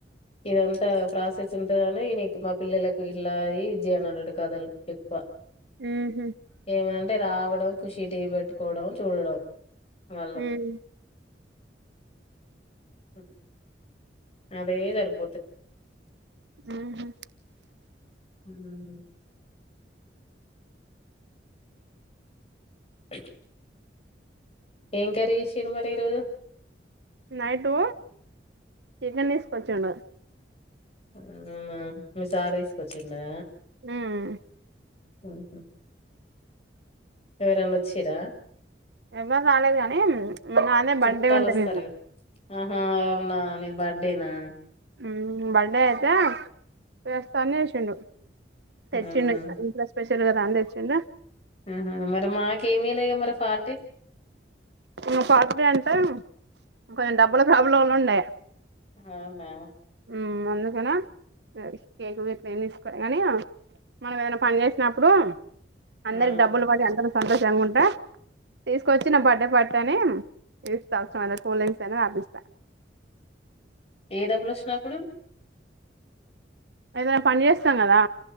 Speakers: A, on the left (about 35°); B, on the right (about 70°).
A: ఇదంతా ప్రాసెస్ ఉంటాదని నీకు మా పిల్లలకు ఇలాది ఇజ్ జేయనన్నడు కథలు ఎక్కువ
B: ఉహు
A: ఏమనంటే రావడం కుషి టీవీ పెట్టుకోవడం చూడడం వాళ్ళు
B: ఉమ్
A: <unintelligible> అదే జరుప్
B: ఉమ్ హూ
A: ఉమ్ <inaudible> ఏం కర్రీ చేసిర్రు ఈరోజు
B: నైటు చికెన్ దీసుకొచిండు
A: అవునా మీ సార్ తీసుకోచిండా
B: ఉమ్
A: ఉమ్ హూ ఎవరన్నా వచ్చిరా
B: ఎవ్వరు రాలేదు గానీ నాదే
A: చుట్టాలు
B: బర్డే ఉండే
A: వస్తారు
B: నిన్న
A: ఆహా అవునా నీది బర్డేనా
B: ఉమ్ బర్డే అయితే చేస్తా అని చేసిండు తెచ్చిండు
A: అవునా
B: ఇంట్లో స్పెషల్ గదా అని దెచ్చిండు
A: ఉమ్ హూ మరి మాకేమి ఇయ్యలేగా మరి పార్టీ
B: ఇంగ పార్టీ అంటే కొంచెం డబ్బుల ప్రాబ్లంల ఉండే
A: ఆమా
B: ఉమ్ అందుకనే కేక్ వట్ ఏం తీసుకోలే గాని మనం ఏదైనా పని చేసినప్పుడు అందరికి
A: ఆ
B: డబ్బులు పడి అందర సంతోషంగా ఉంటా తీసుకొచ్చి చిన్న బర్డే పార్టీ అని ఇస్తా అవసరమైన కూల్ డ్రింక్స్ అనియ తాపిస్తా
A: ఏ డబ్బులు వచ్చినప్పుడు
B: ఏదైనా పని జేస్తాం గదా